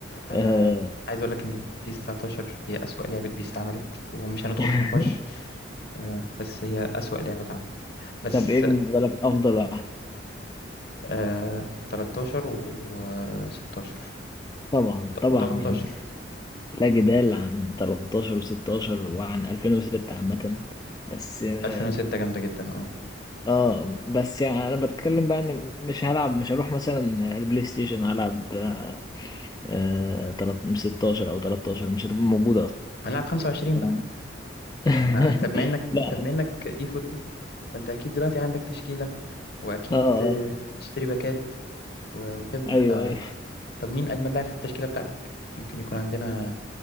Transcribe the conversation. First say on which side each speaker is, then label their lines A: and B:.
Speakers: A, on the left; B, on the left.
A: انا
B: أه...
A: عايز اقول لك ان بيس 19 هي اسوأ لعبه بيس اتعملت ومش هندخل
B: <laughs>
A: في نقاش آه، بس هي اسوأ لعبه اتعملت بس
B: طب إيه بالنسبة لك أفضل واحد؟
A: آه، 13 و16
B: طبعا طبعا
A: و18
B: يعني لا جدال عن 13 و16 وعن 2006 عامة بس آه،
A: 2006 جامده جدا اه
B: اه بس يعني انا بتكلم بقى ان مش هلعب مش هروح مثلا البلاي ستيشن هلعب آه آه، تلات- 16 او 13 مش هتبقى موجودة اصلا
A: هنلعب 25
B: آه.
A: بقى
B: <laughs>
A: ما انت بما انك
B: لا
A: انت بما انك اي فوتبول فانت اكيد دلوقتي عندك تشكيله واكيد
B: اه اه
A: آه، تشتري باكات و- وكده
B: ايوه
A: ف
B: ايوه
A: طب مين اجمل لاعب في التشكيله بتاعتك يمكن يكون عندنا